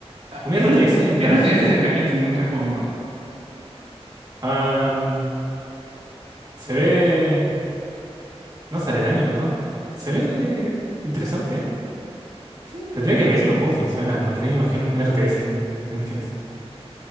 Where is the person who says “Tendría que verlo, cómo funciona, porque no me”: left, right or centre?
Right